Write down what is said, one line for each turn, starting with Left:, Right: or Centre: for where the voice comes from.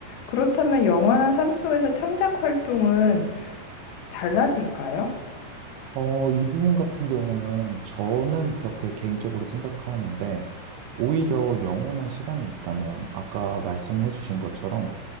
Left: 그렇다면 영화나 삶 속에서 창작 활동은 달라질까요?
Right: 어, 이 부분 같은 경우는 저는 그렇게 개인적으로 생각하는데 오히려 영원한 시간이 있다면 아까 말씀해 주신 것처럼